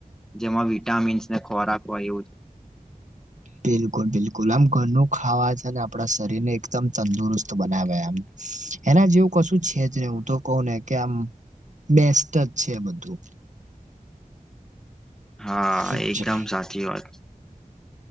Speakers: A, in the centre; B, on the right.
A: જેમાં વિટામીન્સને ખોરાક હોય એવું
B: બિલકુલ બિલકુલ આમ ઘરનું ખાવા છે અને આપણા શરીર ને એકદમ તંદુરસ્ત બનાવે આમ. એના જેવું કશું છે જ ને હું તો કહું ને કે આમ બેસ્ટ અજ છે બધું.
A: હા
B: એવું
A: એકદમ
B: છે
A: સાચી વાત